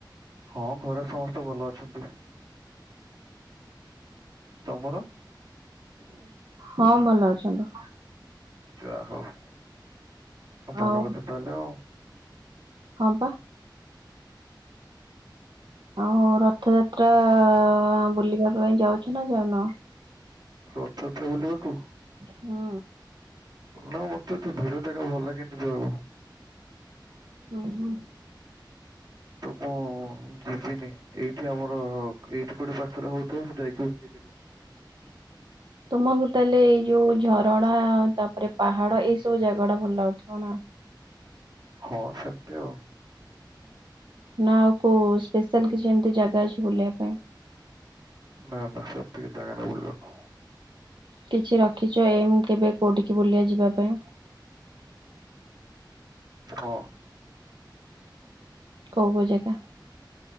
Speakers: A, on the right (about 55°); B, on the right (about 75°).
A: ହଁ ଘରେ ସମସ୍ତେ ଭଲ ଅଛନ୍ତି। ତମର?
B: ହଁ ଭଲ ଅଛନ୍ତି।
A: ଜା ହଉ ଭଲ
B: ଆଉ
A: କଥା ତାହାଲେ ଆଉ।
B: ହଁ ପା। ଆଉ ରଥଯାତ୍ରା ବୁଲିବା ପାଇଁ ଯାଉଛ ନା ଯାଉନ?
A: ରଥଆତ୍ରା ବୁଲିବାକୁ?
B: ହୁଁ।
A: ନା ମତେ ଏତେ ଭିଡ ଜାଗା ଭଲ ଲାଗେନି ଯିବାକୁ।
B: ଓ ହୋ।
A: ତ ମ ମୁଁ ଯିବିନି ଏଇଠି ଆମର ଏଇଠି କୋଉଠି ପାଖରେ ହଉଥିବ ମୁଁ ଯାଇକି <unintelligible> <unintelligible>
B: ତୁମକୁ ତାହେଲେ ଏଇ ଯୋଉ ଝରଣା ତାପରେ ପାହାଡ ଏଇ ସବୁ ଜାଗା ଟା ଭଲ ଲାଗୁଥିବ ନା।
A: ହଁ ସେମତି ଆଉ।
B: ନା ଆଉ କଉ ସ୍ପେଶାଲ କିଛି ଏମିତି ଜାଗା ଅଛି ବୁଲିବା ପାଇଁ।
A: ନା ନା ସେମତି ଜାଗା ନାଇଁ ବୁଲିବାକୁ।
B: କିଛି ରଖିଛ ଏମ୍ କେବେ କଉଠିକି ବୁଲିବା ଯିବା ପାଇଁ?
A: ହଁ।
B: କୋଉ କୋଉ ଜାଗା?